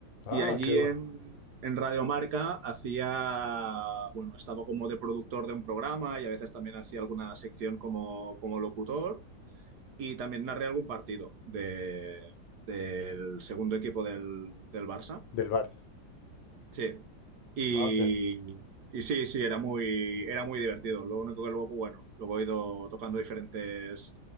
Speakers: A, on the left (about 75°); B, on the right (about 60°).
A: Ah,
B: Y allí
A: qué bueno.
B: en, en Radio Marca hacía, bueno, estaba como de productor de un programa y a veces también hacía alguna sección como, como locutor. Y también narré algún partido de, del segundo equipo del, del Barça.
A: Del Barça.
B: Sí. Y,
A: Ah, qué,
B: y sí, sí, era muy, era muy divertido. Lo único que luego, bueno, luego he ido tocando diferentes